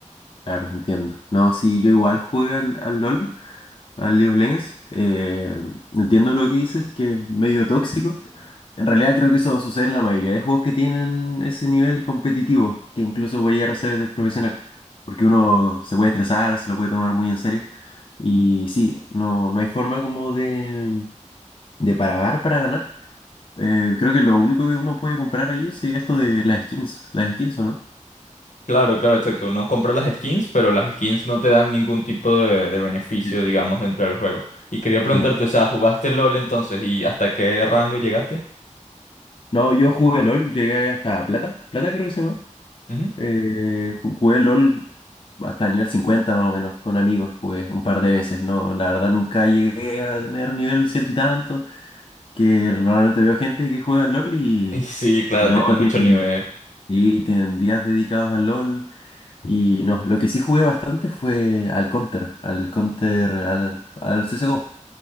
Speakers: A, on the left; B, on the left.
A: claro, entiendo. No, sí, yo igual jugué al, al LOL. al League of Legends. Eh, entiendo lo que dices, que es medio tóxico. En realidad creo que eso sucede en la mayoría de juegos que tienen ese nivel competitivo, que incluso puede llegar a ser profesional, porque uno se puede estresar, se lo puede tomar muy en serio. Y sí, no, no hay forma como de, de pagar para ganar. Eh, creo que lo único que uno puede comprar allí sería esto de las skins, las skins, ¿o no?
B: Claro, claro, exacto. No compras las skins, pero las skins no te dan ningún tipo de, de beneficio,
A: Sí.
B: digamos, dentro del juego. Y quería preguntarte,
A: Sí.
B: o sea, ¿jugaste LOL entonces? ¿Y hasta qué rango llegaste?
A: No, yo jugué LOL, llegué hasta plata, plata creo que se llama.
B: Ujú.
A: Eh, ju- jugué LOL hasta nivel 50 más o menos, con amigos jugué un par de veces, ¿no? La verdad nunca llegué a tener nivel ciento y tanto, que normalmente veo gente que juega al LOL y
B: Y sí, claro,
A: no,
B: tiene mucho
A: tienen,
B: nivel.
A: y tienen días dedicados al LOL y no, lo que sí jugué bastante fue al Counter, al Counter, al, al CSGO.